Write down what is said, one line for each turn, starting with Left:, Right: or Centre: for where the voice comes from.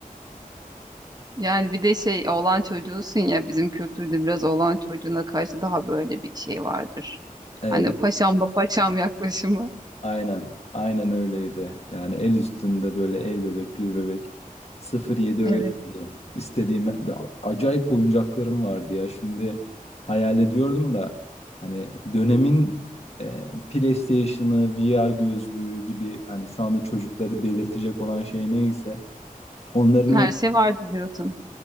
Right: Yani bir de şey oğlan çocuğusun ya bizim kültürde biraz oğlan çocuğuna karşı daha böyle bir şey vardır.
Left: Evet,
Right: Hani paşam da paşam yaklaşımı.
Left: Aynen. Aynen öyleydi. Yani el üstünde böyle el bebek, gül bebek. sıfır yedi öyleydi.
Right: Evet.
Left: İstediğim acayip oyuncaklarım vardı ya. Şimdi hayal ediyorum da hani dönemin e, PlayStation'ı, VR gözlüğü gibi hani şu anda çocukları delirtecek olan şey neyse onların
Right: Her
Left: hep
Right: şey vardı diyorsun.